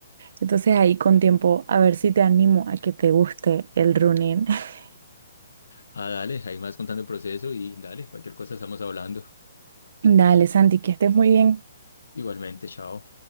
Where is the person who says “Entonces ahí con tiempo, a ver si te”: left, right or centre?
Right